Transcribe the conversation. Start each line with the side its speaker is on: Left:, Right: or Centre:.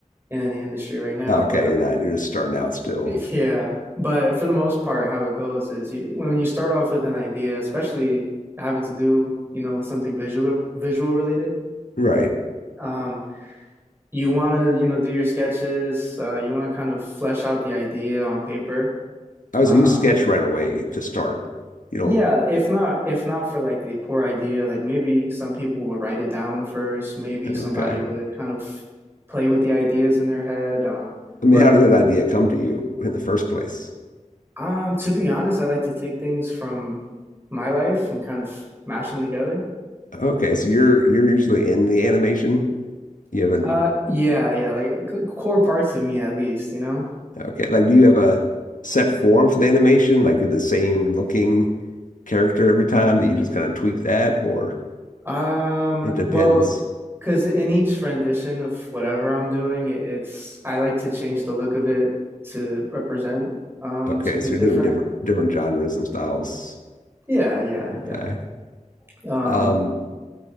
Right: in any industry right now,
Left: Okay,
Right: but
Left: you're not. You're just starting out still.
Right: <laughs> yeah. But for the most part, how it goes is you, when you start off with an idea, especially having to do, you know, with something visual visual related,
Left: Right.
Right: um, you want to, you know, do your sketches, uh, you want to kind of flesh out the idea on paper.
Left: I was
Right: uh,
Left: you sketch right away to start. You don't.
Right: Yeah, if not if not for like the core idea, like maybe some people will write it down first, maybe
Left: Okay.
Right: somebody would kind of play with the ideas in their head. Um,
Left: I mean,
Right: but
Left: how did that idea come to you in the first place?
Right: um, to be honest, I like to take things from my life and kind of mash them together.
Left: Okay, so you're you're usually in the animation. You have a
Right: Uh, yeah, yeah, like c- core parts of me at least, you know?
Left: okay, like do you have a set form for the animation? Like you're the same looking character every time that you just kind of tweak that, or
Right: Um,
Left: it depends.
Right: well, because in each rendition of whatever I'm doing, it- it's I like to change the look of it to represent um
Left: Okay,
Right: something
Left: so you're
Right: different.
Left: doing different different genres and styles.
Right: Yeah, yeah,
Left: Okay.
Right: yeah. Um,
Left: Um,